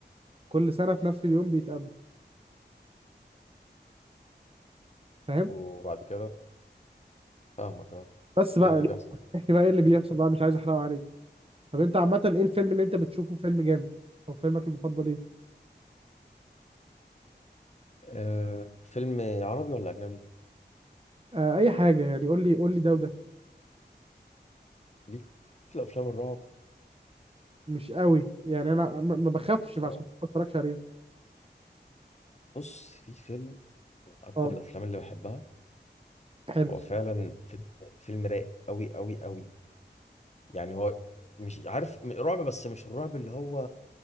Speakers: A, on the right (about 30°); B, on the left (about 40°).
A: كل سنة في نفس اليوم بيتقابلوا فاهم
B: وبعد كده فاهمك اه
A: بس بقى
B: ايه اللي بيحصل
A: احكي بقى ايه اللي بيحصل بقى مش عايز احرقه عليك طب انت عامة ايه الفيلم اللي انت بتشوفه فيلم جامد او فيلمك المفضل ايه؟
B: آه فيلم عربي ولا اجنبي
A: آه اي حاجة يعني قول لي قول لي ده وده
B: ليك في الافلام الرعب
A: مش قوي يعني انا ما ما بخافش
B: مش
A: فعشان
B: قوي
A: كده ما اتفرجش عليه
B: بص في فيلم من اكتر
A: اه
B: الافلام اللي بحبها
A: حلو
B: هو فعلا فيلم فيلم رايق قوي قوي قوي يعني هو مش عارف م- رعب بس مش الرعب اللي هو